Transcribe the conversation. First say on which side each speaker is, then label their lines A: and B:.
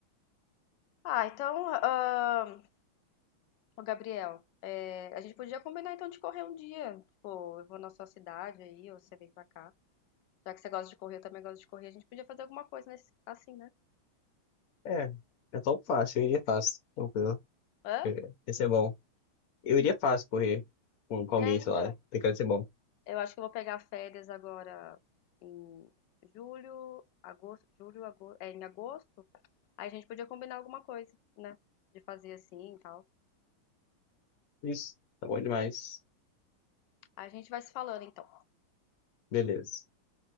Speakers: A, on the left; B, on the left.
A: Ah, então, ahn, ô Gabriel, é, a gente podia combinar então de correr um dia. Tipo, eu vou na sua cidade aí, ou você vem pra cá. Já que você gosta de correr, eu também gosto de correr, a gente podia fazer alguma coisa nesse, assim, né?
B: É, é tão fácil, eu iria fácil, tranquilo.
A: Hã?
B: Eu- Ia ser bom. Eu iria fácil correr com, com alguém,
A: É, então.
B: sei lá, tem cara de ser bom.
A: Eu acho que eu vou pegar férias agora em julho, agosto, julho, agosto, é, em agosto. Aí a gente podia combinar alguma coisa, né? De fazer assim e tal.
B: Isso, tá bom demais.
A: Aí a gente vai se falando então.
B: Beleza,